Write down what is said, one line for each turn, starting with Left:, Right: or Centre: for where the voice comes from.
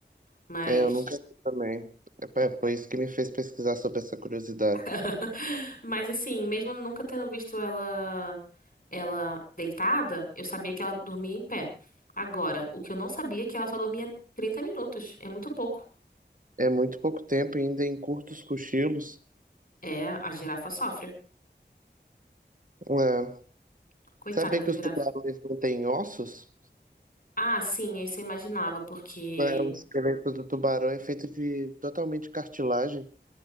Left: Mas.
Right: É, eu nunca vi também. É, é, foi isso que me fez pesquisar sobre essa curiosidade.
Left: <laughs> Mas assim, mesmo nunca tendo visto ela ela deitada, eu sabia que ela dormia em pé. Agora, o que eu não sabia é que ela só dormia 30 minutos. É muito pouco.
Right: É muito pouco tempo e ainda em curtos cochilos.
Left: É, a girafa sofre.
Right: É.
Left: Coitada
Right: Sabia
Left: da
Right: que
Left: girafa.
Right: os tubarões não têm ossos?
Left: Ah, sim, isso eu imaginava, porque
Right: É, o esqueleto do tubarão é feito de totalmente cartilagem.